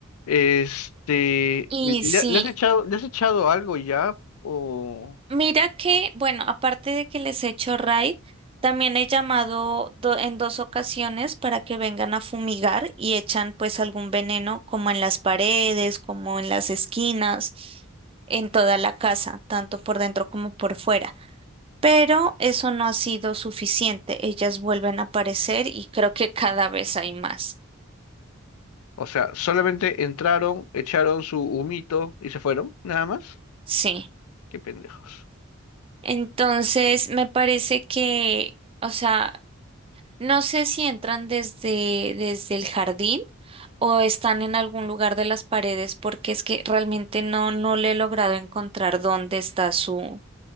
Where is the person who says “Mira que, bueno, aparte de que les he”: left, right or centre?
Right